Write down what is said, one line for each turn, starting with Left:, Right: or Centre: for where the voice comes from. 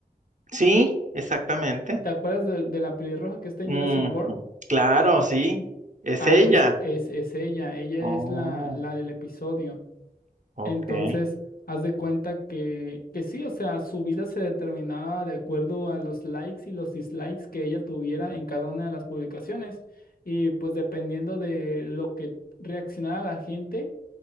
Right: Sí, exactamente.
Left: ¿Te acuerdas de, de la pelirroja que está
Right: Ujú,
Left: en Jurassic World?
Right: claro, sí. Es
Left: Ah,
Right: ella.
Left: pues es, es ella. Ella
Right: Oh,
Left: es la, la del episodio.
Right: ok.
Left: Entonces, haz de cuenta que, que sí, o sea, su vida se determinaba de acuerdo a los likes y los dislikes que ella tuviera en cada una de las publicaciones. Y pues dependiendo de lo que reaccionara la gente,